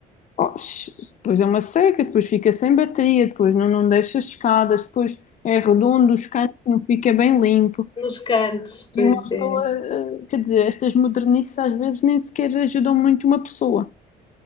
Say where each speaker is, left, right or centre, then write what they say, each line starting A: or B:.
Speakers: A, on the left (about 45°); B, on the left (about 30°).
A: Oh, sh- depois é uma seca, depois fica sem bateria, depois não, não deixa escadas, depois é redondo, os cantos não fica bem limpo.
B: Nos cantos,
A: E
B: pois
A: uma pessoa,
B: é.
A: eh, quer dizer, estas modernices às vezes nem sequer ajudam muito uma pessoa.